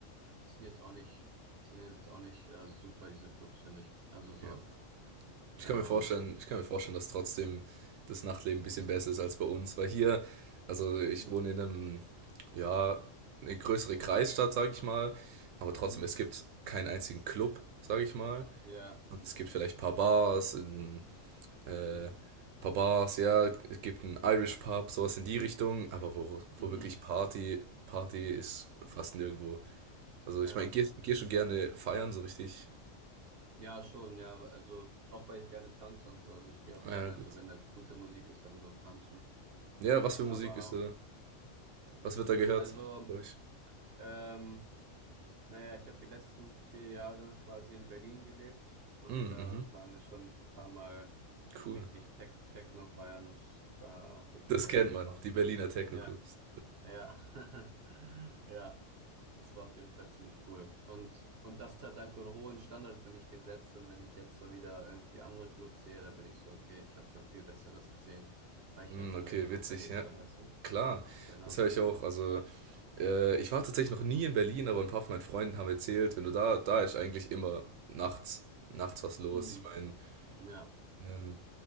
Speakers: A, on the right; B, on the right.
A: sind jetzt auch nicht, sind jetzt auch nicht äh, super, diese Clubs, finde ich. Also so,
B: ja.
A: keine
B: Ich kann mir
A: Ahnung.
B: vorstellen, ich kann mir vorstellen, dass trotzdem das Nachtleben ein bisschen besser ist als bei uns, weil hier,
A: Mhm.
B: also ich
A: Mhm.
B: wohne in einem, ja, eine größere Kreisstadt, sage ich mal, aber trotzdem,
A: Mhm.
B: es gibt keinen einzigen Club, sage ich mal.
A: Ja.
B: Und es gibt vielleicht ein paar Bars, ein äh,
A: Mhm.
B: paar Bars, ja, es gibt einen Irish Pub, sowas in die Richtung, aber wo,
A: Mhm.
B: wo wirklich Party, Party ist fast nirgendwo. Also
A: Ja.
B: ich meine, ich gehe geh schon gerne feiern, so richtig.
A: Ja, schon, ja. Also auch weil ich gerne tanze und so. Also ich gehe auch
B: Ja,
A: gerne,
B: gut.
A: so wenn da gute Musik ist, dann so tanzen.
B: Ja, was für
A: Aber
B: Musik ist da? Was wird da gehört?
A: also,
B: bei euch?
A: ähm, Naja, ich habe die letzten vier Jahre quasi in Berlin gelebt und
B: Mm,
A: da
B: mhm.
A: waren wir schon ein paar Mal
B: Cool.
A: richtig Tech Techno feiern. Das, da habe ich
B: Das
A: immer
B: kennt
A: viel Spaß
B: man, die Berliner
A: mit.
B: Techno-Clubs.
A: Ja, ja, <laughs> ja. Das war auf jeden Fall ziemlich cool. Und, und das hat halt so einen hohen Standard für mich gesetzt. Und wenn ich jetzt so wieder irgendwie andere Clubs sehe, dann bin ich so, okay, ich habe schon viel Besseres gesehen, weil ich
B: Mm,
A: halt in
B: okay,
A: Berlin
B: witzig,
A: unterwegs
B: ja.
A: war, weißt du?
B: Klar,
A: Genau.
B: das höre ich auch. Also, äh, ich war tatsächlich noch nie in Berlin, aber ein paar von meinen Freunden haben erzählt, wenn du da, da ist eigentlich immer nachts, nachts was los.
A: Hm,
B: Ich meine,
A: ja.
B: ähm,